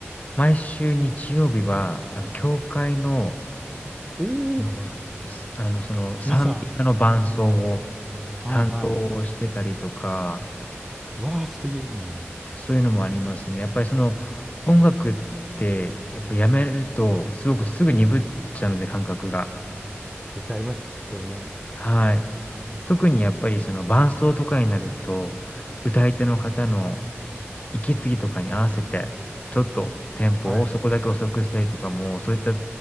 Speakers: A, on the left; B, in the centre.
A: 毎週日曜日は、あの、教会の
B: おお、
A: あの、すあの、その、賛美歌の伴奏を
B: ミサ。はいは
A: 担当してたりとか、
B: い。わあ、素敵ですね。
A: そういうのもありますね。やっぱりその、音楽ってやっぱやめると、すごくすぐ鈍っちゃうので、感覚が。
B: 絶対ありますよね。
A: はい。特にやっぱりその伴奏とかになると、歌い手の方の息継ぎとかに合わせて、ちょっとテンポをそこだけ遅くしたりとかも、
B: はい。
A: そういった